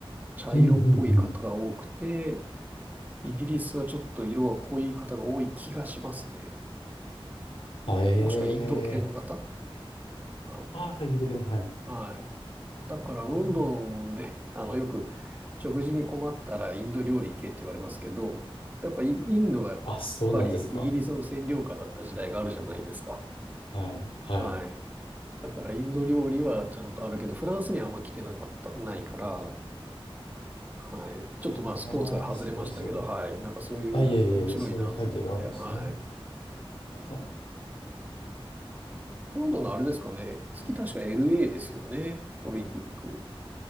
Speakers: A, on the right; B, on the left.
A: 茶色っぽい方が多くて、
B: うん、うん、うん。
A: イギリスはちょっと色が濃い方が多い気がしますね。
B: あ、ええ
A: もしくはインド系の方。はい。
B: ああ、インド系の、はい。
A: はい。だからロンドンで、
B: うん
A: あの、よく食事に困ったらインド料理行けって言われますけど、やっぱイインドがやっぱりイギリスの占領下だった時代があるじゃないですか。
B: あ、そうなんですか。はい、はい。
A: はい。だからインド料理はちゃんとあるけど、フランスにはあんま来てなかった、ないから、はい。ちょっとまあスポーツから外れましたけど、
B: ああ、すごい、そういう。
A: はい。なんかそういう面白いなと思って、
B: あ、いえいえいえ、そういう背景があるんですね。
A: はい。
B: あ
A: 今度のあれですかね。次確か LA ですよね。オリンピック。